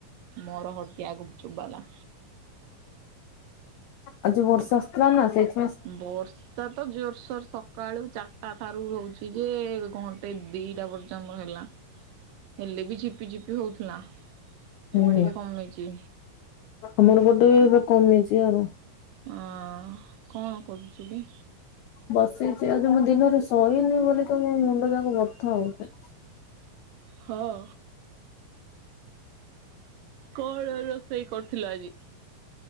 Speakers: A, on the right (about 80°); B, on the left (about 85°).
A: ମୋର ହଟିଆ ଗୁପଚୁପ ବାଲା।
B: ଆଉ ଯୋଉ ବର୍ଷା ଆସୁଥିଲା ନା ସେଇଥି
A: ବର୍ଷା ତ ଜୋରସୋର ସ ସକାଳୁ ଚାରିଟା ଠାରୁ ହଉଛି ଯେ ଘଣ୍ଟେ ଦିଟା ପର୍ଯ୍ୟନ୍ତ ହେଲା। ହେଲେ ବି ଝିପି ଝିପି ହଉଥିଲା,
B: ହୁଁ।
A: ଏବେ ଟିକେ କମିଚି।
B: ଆମର ପଟେ ଏବେ କମିଛି ଆଉ
A: ହଁ କଣ କରୁଛୁ କି?
B: ବସିଛି ଆଜି ମୁଁ ଦିନରେ ଶୋଇନି ବୋଲି ତ ମୋ ମୁଣ୍ଡ ଯାକ ବଥା ହଉଛି।
A: ହଁ କଣ ର ସେଇ କରିଥିଲ ଆଜି।